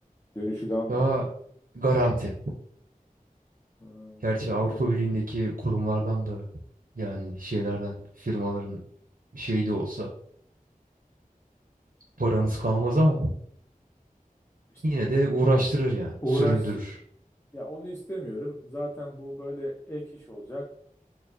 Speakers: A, on the left; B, on the right.
A: Dönüşü daha mı
B: daha
A: iyi?
B: garanti.
A: Ha,
B: Gerçi
A: okey.
B: Avrupa Birliği'ndeki kurumlardan da yani şeylerden, firmaların şeyi de olsa paranız kalmaz ama
A: İşte
B: yine de uğraştırır yani,
A: uğraştırıcı.
B: süründürür.
A: Ya onu istemiyorum. Zaten bu böyle ek iş olacak.